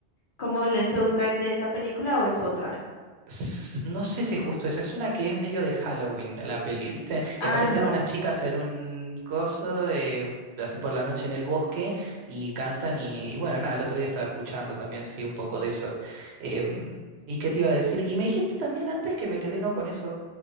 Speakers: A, on the left (about 55°); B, on the right (about 70°).
A: ¿Como el soundtrack de esa película o es otra?
B: s- No sé si es justo esa, es una que es medio de Halloween la peli, ¿viste?
A: Ah,
B: Y aparecen
A: no,
B: unas chicas en un coso, eh, así por la noche en el bosque, y cantan y, y bueno, nada, el otro día estaba escuchando también, sí, un poco de eso. Em, ¿y qué te iba a decir? Y me dijiste también antes que me quedé no con eso,